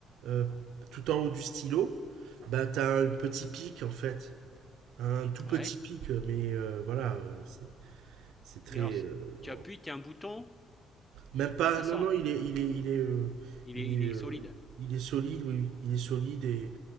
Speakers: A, on the right (about 85°); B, on the left (about 15°).
A: euh, tout en haut du stylo, bah t'as un petit pic en fait, un tout petit
B: ouais.
A: pic mais euh, voilà, euh, c'est c'est très
B: Et alors, si-
A: euh,
B: tu appuies, t'as un bouton
A: Même pas,
B: et ça
A: non,
B: sort.
A: non, il est, il est, il est, euh,
B: Il
A: il
B: est,
A: est,
B: il est
A: euh,
B: solide.
A: il est solide, oui, oui, il est solide et